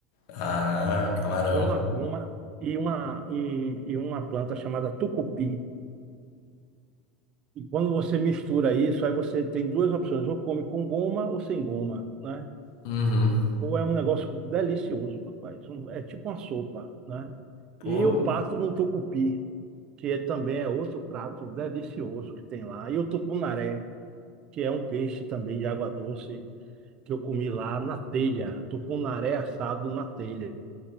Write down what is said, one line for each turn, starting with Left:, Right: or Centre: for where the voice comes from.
Left: Ah, camarão.
Right: uma goma e uma, e, e uma planta chamada tucupi. E quando você mistura isso, aí você tem duas opções, ou come com goma ou sem goma, né?
Left: Uhum.
Right: Ou é um negócio delicioso, rapaz. Um- É tipo uma sopa, né?
Left: Pô,
Right: E o pato no tucupi, que ele também é outro prato delicioso que tem lá. E o tucunaré, que é um peixe também de água doce, que eu comi lá na telha. Tucunaré assado na telha.